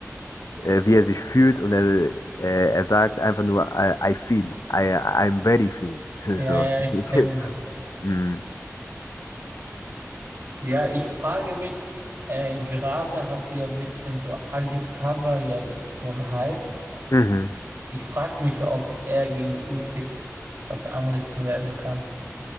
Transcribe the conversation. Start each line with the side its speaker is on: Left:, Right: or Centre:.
Left: äh, wie er sich fühlt und er, äh, er sagt einfach nur, I, I feel, I, I'm very feel. <laughs>
Right: Ja,
Left: So.
Right: ja, ich kenne das.
Left: <laughs> mm,
Right: Ja, ich frage mich, äh, gerade hat ja ein bisschen so Agit Kabayel so ein Hype.
Left: mhm.
Right: Ich frage mich, ob er gegen Usyk was anrichten werden kann.